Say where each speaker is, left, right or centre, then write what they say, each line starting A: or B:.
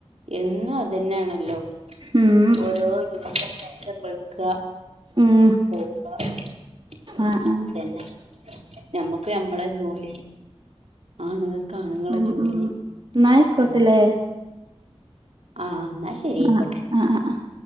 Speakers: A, on the right; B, on the right.
A: എന്നും അതനെയാണല്ലോ
B: ഉം
A: ഓരോ ദിവസം നേരമ്പ
B: ഉം
A: <inaudible>
B: ആഹ് ആഹ്
A: അതന്നെ ഞമ്മക്ക് നമ്മള ജോലി ആണുങ്ങൾക്ക് ആണുങ്ങളെ
B: ഉം
A: ജോലി
B: ഉം ന്നാ ആയിക്കോട്ടെല്ലേ
A: ആഹ ആഹ് എന്നാ ശരി ആയിക്കോട്ടെ
B: ആഹ് ആഹ് ആഹ് ആഹ്